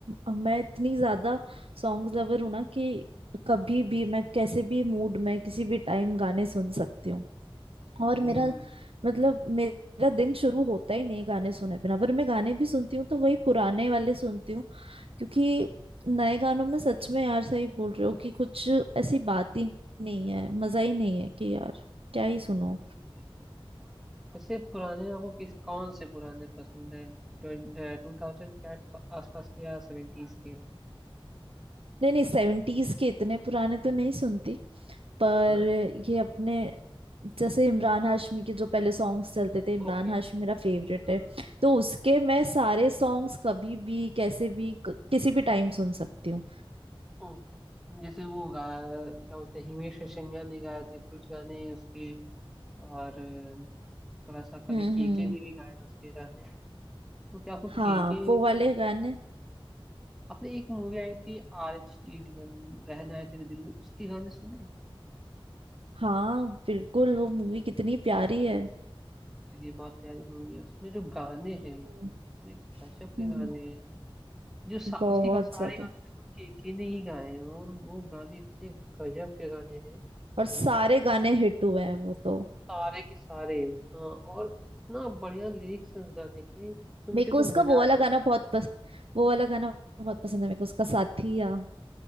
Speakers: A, on the right; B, in the centre.
A: म- मैं इतनी ज्यादा सॉन्ग्स लवर हूँ ना कि कभी भी मैं कैसे भी मूड में किसी भी टाइम गाने सुन सकती हूँ और मेरा
B: हम्म
A: मतलब मेरा दिन शुरू होता ही नहीं है गाने सुने बिना पर मैं गाने भी सुनती हूँ तो वही पुराने वाले सुनती हूँ क्योंकि नए गानों में सच में यार सही बोल रहे हो कि कुछ ऐसी बात ही नहीं है मजा ही नहीं है कि यार क्या ही सुनो
B: वही वही वैसे पुराने आपको किस कौन से पुराने पसंद है टू थाउजेंड के आठ- आसपास के या सेवेंटीज के
A: नहीं नहीं सेवेंटीज के इतने पुराने तो नहीं सुनती पर
B: हाँ
A: ये अपने जैसे इमरान हाशमी के जो पहले सॉन्ग्स चलते थे इमरान
B: ओके
A: हाशमी मेरा फेवरेट
B: हाँ
A: है तो उसके मैं सारे सॉन्ग्स कभी भी कैसे भी क- किसी भी टाइम सुन सकती हूँ
B: ओके जैसे वो गा क्या बोलते हैं हिमेश रेशमिया ने गाए थे कुछ गाने उसके और अ, थोड़ा सा कभी
A: हम्म
B: केके
A: हम्म
B: ने भी गाए उसके गाने तो क्या आपको
A: हाँ
B: केके
A: वो वाले गाने
B: आपने एक मूवी आई थी आर एच टी डी एम रहना है तेरे दिल में उसके गाने सुने
A: हाँ बिल्कुल वो मूवी कितनी प्यारी है
B: तो ये बहुत प्यारी मूवी है उसमें जो गाने हैं
A: हम्म
B: ये इतने गजब के
A: हम्म,
B: गाने जो सा,
A: बहुत
B: उसके गा- सारे
A: ज्यादा
B: गाने लगभग केके ने ही गाए हैं और वो गाने इतने गजब के गाने हैं
A: और सारे गाने हिट हुए हैं वो तो
B: सारे के सारे हाँ और इतना बढ़िया लिरिक्स है उस गाने के सुन
A: मेरे
B: के
A: को
B: तो
A: उसका
B: मजा
A: वो वाला
B: आया
A: गाना बहुत पस, वो वाला गाना बहुत पसंद है मेरे को उसका साथिया